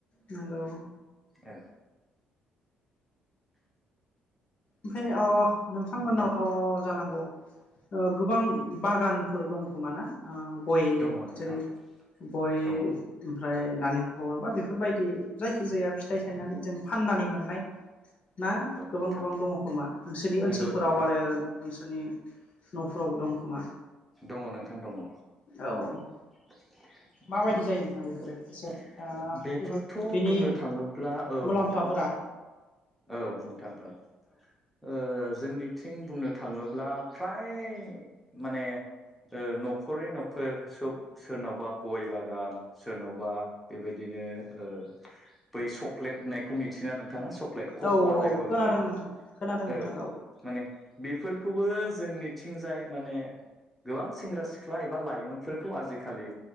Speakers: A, on the left; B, in the centre.
A: हेलौ
B: औ
A: ओमफ्राय अ नोंथांमोननावथ'
B: औ
A: जानांगौ ओ गोबां बागान फोर दं खोमा ना गय
B: दङ नोंथां
A: जेरै गय
B: दङ औ
A: ओमफ्राय नालेंखलरा बेफोर बेफोरबायदि जायखि जाया फिथाइ थायनानै जों फाननानै मोननाय ना गोबां
B: नोंथां
A: गोबां दङ खोमा नोंसोरनि ओनसोलफोराव
B: नंगौ नोंथां
A: आरो नोंसोरनि न'फोरावबो दं खोमा
B: दङ नोंथां दङ
A: औ
B: <unintelligible>
A: माबायदि जायो नोंथां बेफोरो एसे ओ
B: बेफोरथ'
A: बिनि
B: बुंनो थाङोब्ला औ
A: मुलाम्फाफोरा
B: नोंथां औ नोंथां औ ओ जोंनिथिं बुंनो थाङोब्ला फ्राय माने ओ न'खरै न'खर सब सोरनावबा गय बागान सोरनावबा बेबायदि ए ओ बै सक्लेट होननायखौ मिथिना नोंथाङा खख'वा
A: औ औ
B: जायखौ
A: खोनादों
B: बुङो
A: नोंथां खोनादों
B: औ
A: नोंथां
B: माने बेफोरखौबो जोंनिथिंजाय माने गोबां सेंग्रा सिख्ला एबा लाइमोनफोरखौ आजिखालि